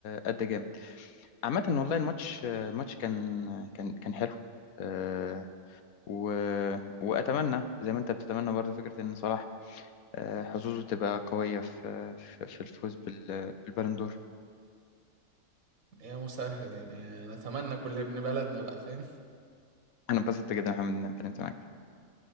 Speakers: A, on the left; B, on the right.
A: أدى جامد عامة والله الماتش الماتش كان كان كان حلو آه، و... واتمنى زي ما انت بتتمنى برضه فكره ان صلاح آه، حظوظه تبقى قويه في آه، في في الفوز بال... بالبالون دور
B: يا مسهل يعني نتمنى كل ابن بلدنا بقى فاهم
A: انا اتبسطت جدا يا محمد ان انا اتكلمت معاك